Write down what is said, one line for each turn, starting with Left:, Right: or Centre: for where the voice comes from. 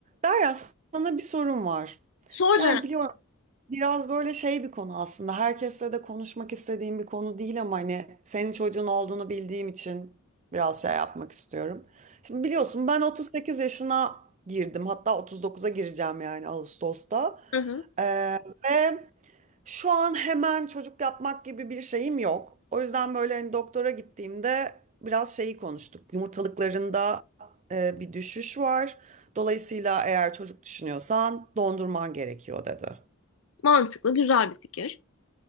Right: Derya sana bir sorum var.
Left: Sor
Right: Yani biliyorum biraz böyle şey bir konu aslında. Herkesle de konuşmak istediğim bir konu değil ama hani senin çocuğun olduğunu bildiğim için biraz şey yapmak istiyorum. Şimdi biliyorsun ben 38 yaşına girdim. Hatta 39'a gireceğim yani Ağustos'ta.
Left: Hı hı.
Right: Ee, ve şu an hemen çocuk yapmak gibi bir şeyim yok. O yüzden böyle hani doktora gittiğimde biraz şeyi konuştuk. Yumurtalıklarında e, bir düşüş var. Dolayısıyla eğer çocuk düşünüyorsan dondurman gerekiyor dedi.
Left: Mantıklı, güzel bir fikir.